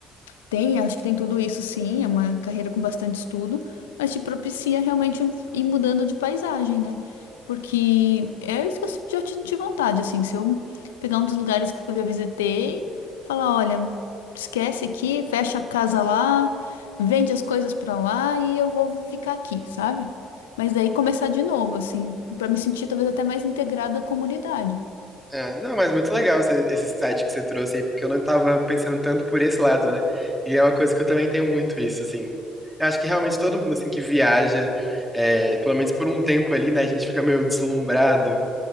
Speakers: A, on the left; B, in the centre.
A: tem, acho que tem tudo isso sim, é uma carreira com bastante estudo, mas te propicia realmente ir mudando de paisagem, né? Porque é isso que eu senti- eu senti vontade, assim, se eu pegar um dos lugares que eu já visitei, falar, olha, esquece aqui, fecha a casa lá, vende as coisas pra lá e eu vou ficar aqui, sabe? Mas daí começar de novo, assim, pra me sentir talvez até mais integrada à comunidade.
B: É, não, mas muito legal esse, esse insight que você trouxe aí, porque eu não tava pensando tanto por esse lado, né? E é uma coisa que eu também tenho muito isso, assim. Eu acho que realmente todo mundo, assim, que viaja, é, pelo menos por um tempo ali, né, a gente fica meio deslumbrado